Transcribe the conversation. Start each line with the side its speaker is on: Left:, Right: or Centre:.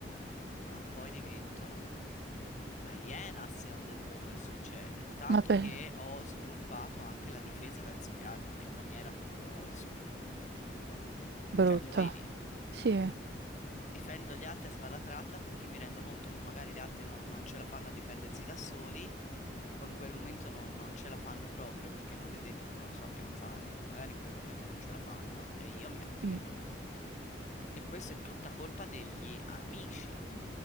Left: ma poi divento un- una iena a seconda di quello che succede. Tanto
Right: ma per...
Left: che ho sviluppato anche la difesa verso gli altri in maniera proprio... s-
Right: Brutta.
Left: Cioè, lo vedi?
Right: Sì.
Left: difendo gli altri a spada tratta perché mi rendo conto che magari gli altri non, non ce la fanno a difendersi da soli o in quel momento non, non ce la fanno proprio perché non è detto che non lo sappiano fare. Magari in quel momento non ce la fanno e io mi attivo.
Right: mm.
Left: E questa è tutta colpa degli amici,